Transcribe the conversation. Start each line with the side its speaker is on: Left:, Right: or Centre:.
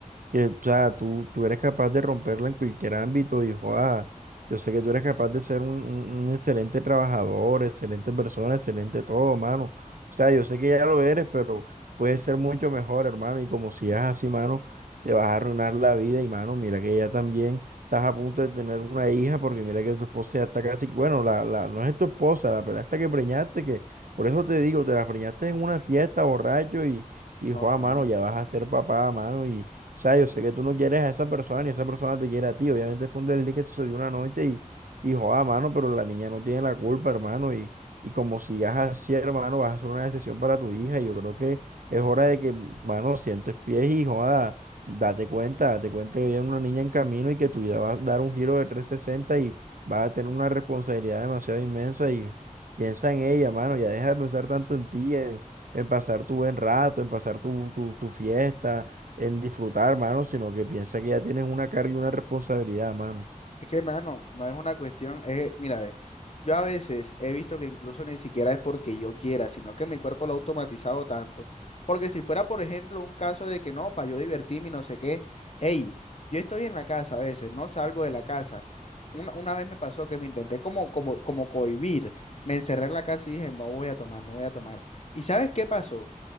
Right: que, o sea, tú, tú eres capaz de romperla en cualquier ámbito y, joa, yo sé que tú eres capaz de ser un, un- un excelente trabajador, excelente persona, excelente todo, mano. O sea, yo sé que ya lo eres, pero puedes ser mucho mejor, hermano. Y como sigas así, mano, te vas a arruinar la vida. Y, mano, mira que ya también estás a punto de tener una hija, porque mira que tu esposa ya está casi, bueno, la, la, no es tu esposa, la pelada esta que preñaste, que por eso te digo, te la preñaste en una fiesta, borracho, y, y, joa,
Left: Oh, mano.
Right: mano, ya vas a ser papá, mano, y sea, yo sé que tú no quieres a esa persona ni esa persona te quiere a ti. Obviamente fue un desliz que sucedió una noche y, y joda, mano, pero la niña no tiene la culpa, hermano. Y, y como sigas así, hermano, vas a hacer una decisión para tu hija. Y yo creo que es hora de que, mano, sientes pies y joda, date cuenta, date cuenta que hay una niña en camino y que tu vida va a dar un giro de 360 y vas a tener una responsabilidad demasiado inmensa. Y piensa en ella, mano, ya deja de pensar tanto en ti, en, en pasar tu buen rato, en pasar tu, tu tu fiesta en disfrutar, mano, sino que piensa que ya tienes una carga y una responsabilidad, mano.
Left: Es que, mano, no es una cuestión, es, mira, ve, yo a veces he visto que incluso ni siquiera es porque yo quiera, sino que mi cuerpo lo ha automatizado tanto. Porque si fuera, por ejemplo, un caso de que no, para yo divertirme y no sé qué, hey, yo estoy en la casa a veces, no salgo de la casa. Una, una vez me pasó que me intenté como, como, como cohibir, me encerré en la casa y dije, no voy a tomar, no voy a tomar. ¿Y sabes qué pasó?